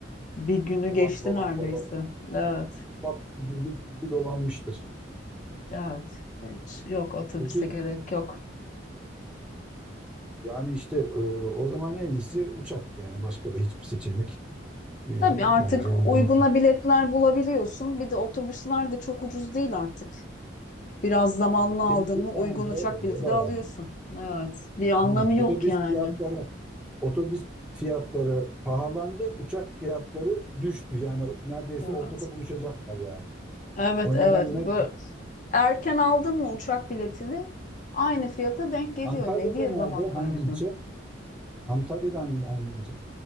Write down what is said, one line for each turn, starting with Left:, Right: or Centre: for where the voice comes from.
Left: Bir günü
Centre: dolan
Left: geçti
Centre: dolan
Left: neredeyse.
Centre: baba
Left: Evet.
Centre: bak gibi, gibi dolanmıştır.
Left: Evet. Hiç yok otobüse
Centre: Peki
Left: gerek yok.
Centre: yani işte e, o zaman en iyisi uçak yani başka da hiçbir seçenek e,
Left: Tabii artık
Centre: bence uygun.
Left: uyguna biletler bulabiliyorsun. Bir de otobüsler de çok ucuz değil artık. Biraz zamanlı
Centre: Evet
Left: aldın
Centre: değil mi?
Left: mı uygun
Centre: Yani
Left: uçak
Centre: doğru,
Left: bileti
Centre: o da
Left: de alıyorsun.
Centre: var. yani.
Left: Evet. Bir anlamı
Centre: Aynen. Otobüs
Left: yok yani.
Centre: fiyatları otobüs fiyatları pahalandı, uçak fiyatları düştü. Yani neredeyse
Left: Evet.
Centre: ortada buluşacaklar yani.
Left: Evet
Centre: O
Left: evet.
Centre: nedenle
Left: Bu Erken aldın mı uçak biletini aynı fiyata denk geliyor.
Centre: Antalya'da
Left: Ne diye
Centre: nerede?
Left: zaman kaybedin?
Centre: Hangi ilçe? Antalya'da hangi, hangi ilçe?